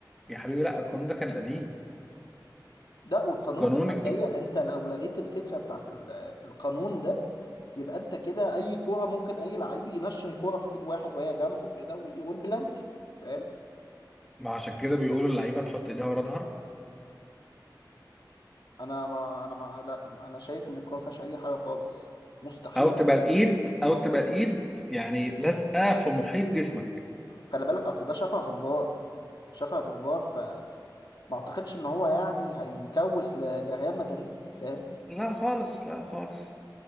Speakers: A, in the centre; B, on the left.
A: يا حبيبي لا القانون ده كان القديم
B: ده والقانون
A: قانون
B: ده اصل
A: الج...
B: هي انت لو لغيت الفكره بتاعت ال- القانون ده يبقى انت كده اي كوره ممكن اي لعيب ينشن كوره في ايد واحد وهي جنبه كده ويقول بلانتي فاهم
A: ما عشان كده بيقولوا اللعيبه تحط ايدها ورا ظهرها
B: انا ما انا ما لا انا شايف ان الكوره ما فيهاش اي حاجه خالص مستحيل
A: او تبقى الايد او تبقى الايد يعني لازقه في محيط جسمك
B: خلي بالك اصل ده شافها في الفار شافها في الفار فما اعتقدش ان هو يعني هيكوس ل- لريال مدريد فاهم
A: لا خالص لا خالص